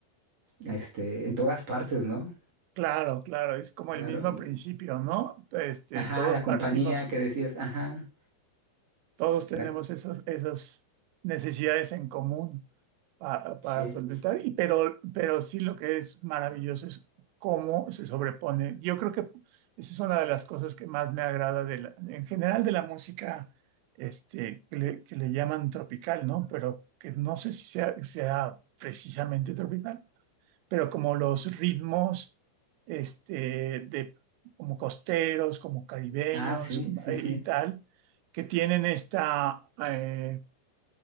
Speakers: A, on the right (about 40°); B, on the right (about 85°).
A: este, en todas partes, ¿no?
B: Claro, claro, es como
A: Claro.
B: el mismo
A: y-
B: principio, ¿no? Este,
A: ajá,
B: todos
A: la
B: partimos.
A: compañía que decías, ajá,
B: Todos tenemos
A: la, co-
B: esas, esas necesidades en común pa-
A: sí.
B: para solventar, y, pero, pero sí lo que es maravilloso es cómo se sobrepone. Yo creo que esa es una de las cosas que más me agrada de la- en general de la música este, que le, que le llaman tropical, ¿no? Pero que no sé si sea, sea precisamente tropical pero como los ritmos este, de, como costeros, como caribeños
A: Ah, sí, sí,
B: eh,
A: sí.
B: y tal, que tienen esta, eh,